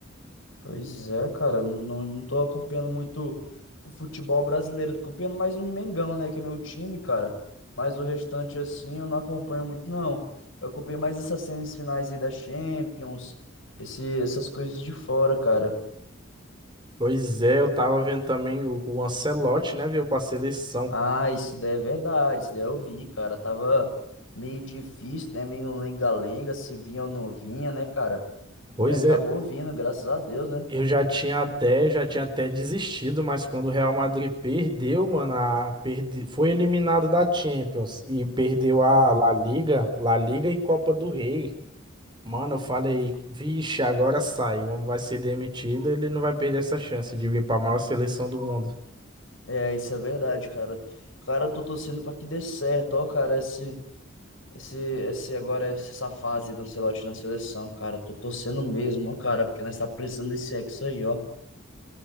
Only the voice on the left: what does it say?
Pois é, cara, não, não tô acompanhando muito o futebol brasileiro, tô acompanhando mais o Mengão, né, que é meu time, cara, mas o restante, assim, eu não acompanho muito, não. Eu acompanho mais essas semifinais aí da Champions, esse, essas coisas de fora, cara.
Ah, isso daí é verdade, isso daí eu vi, cara, tava meio difícil, né, meio lenga-lenga, se vinha ou não vinha, né, cara,
e acabou
vindo, graças a Deus, né.
É, isso é verdade, cara. Cara, eu tô torcendo pra que dê certo, ó, cara, esse... Esse, esse agora, essa fase do Ancelotti na seleção, cara, tô torcendo mesmo, ó, cara, porque nós tá precisando desse ex aí, ó.